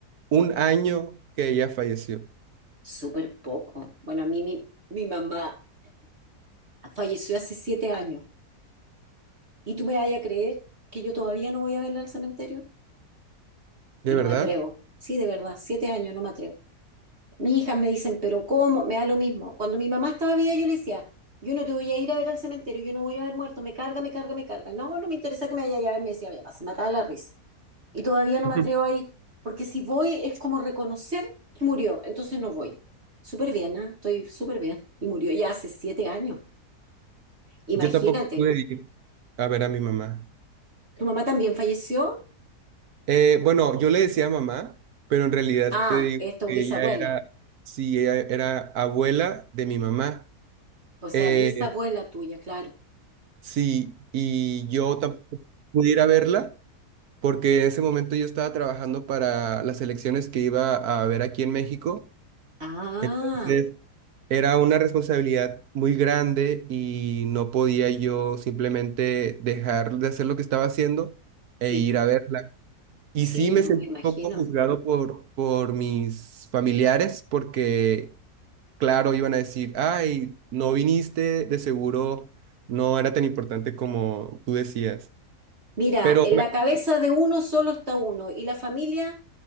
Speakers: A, on the right (about 70°); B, on the right (about 40°).
A: un año que ella falleció.
B: Súper poco. Bueno, a mí mi, mi mamá falleció hace siete años. ¿Y tú me vas a creer que yo todavía no voy a verla al cementerio?
A: ¿De
B: No
A: verdad?
B: me atrevo. Sí, de verdad, siete años, no me atrevo. Mis hijas me dicen, pero ¿cómo? Me da lo mismo. Cuando mi mamá estaba viva, yo le decía, yo no te voy a ir a ver al cementerio, yo no voy a ver muerto, me carga, me carga, me carga. No, no me interesa que me vaya a ver, me decía mi mamá, se mataba la risa. Y todavía no
A: <laughs>
B: me atrevo a ir, porque si voy es como reconocer que murió, entonces no voy. Súper bien, ¿ah? Estoy súper bien. Y murió ya hace siete años. Imagínate,
A: Yo tampoco pude ir a ver a mi mamá.
B: ¿tu mamá también falleció?
A: Eh, bueno, yo le decía mamá, pero en realidad
B: Ah,
A: te digo
B: esto es
A: que
B: tu bisabuela.
A: ella era, sí, ella era abuela de mi mamá.
B: O sea,
A: Eh,
B: bisabuela tuya, claro.
A: sí, y yo tampoco pude ir a verla porque en ese momento yo estaba trabajando para las elecciones que iba a haber aquí en México.
B: Ah.
A: Entonces, Era una responsabilidad muy grande y no podía yo simplemente dejar de hacer lo que estaba haciendo e
B: Sí,
A: ir
B: po.
A: a verla. Y
B: Sí,
A: sí me
B: no,
A: sentí
B: me imagino.
A: un poco juzgado por, por mis familiares porque, claro, iban a decir, ay, no viniste, de seguro no era tan importante como tú decías.
B: Mira,
A: Pero
B: en
A: me-
B: la cabeza de uno solo está uno y la familia